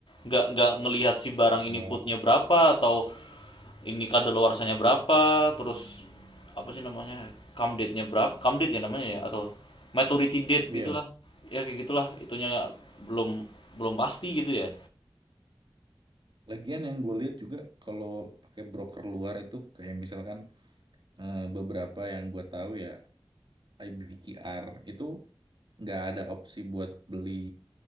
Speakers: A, on the left; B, on the right.
A: Nggak nggak ngelihat si barang
B: Oh.
A: ini putnya berapa atau ini kadaluarsanya berapa terus apa sih namanya come date-nya berapa come date ya namanya ya atau maturity date
B: Iya,
A: gitulah ya kayak gitulah itunya nggak- belum belum pasti gitu ya
B: lagian yang gue lihat juga kalau pakai broker luar itu kayak misalkan eh, beberapa yang gue tahu ya IBKR itu nggak ada opsi buat beli